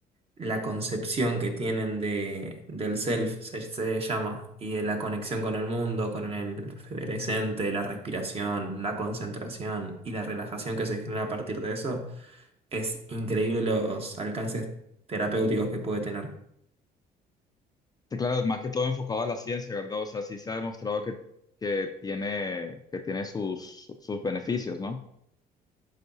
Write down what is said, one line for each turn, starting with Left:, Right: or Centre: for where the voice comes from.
Right: la concepción que tienen de, del self, se, se llama, y de la conexión con el mundo, con el presente, la respiración, la concentración y la relajación que se genera a partir de eso, es increíble los alcances terapéuticos que puede tener.
Left: Sí, claro, más que todo enfocado a la ciencia, ¿verdad? O sea, sí se ha demostrado que, que tiene, que tiene sus, sus beneficios, ¿no?